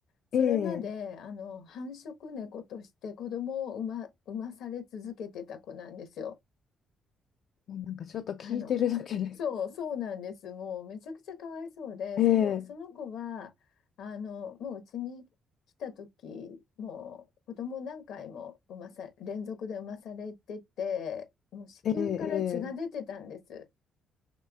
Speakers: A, on the left (about 80°); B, on the left (about 65°).
A: それまで、
B: ええ、
A: あの、繁殖猫として子供を産ま、産まされ続けてた子なんですよ。
B: もうなんかちょっと聞いてるだけで
A: あの、そう、そうなんです。もうめちゃくちゃかわいそうで、
B: ええ、
A: その、その子は、あの、もううちに来た時、もう子供何回も産まさ、連続で産まされてて、もう子宮から血が出てたんです。
B: ええ、ええ。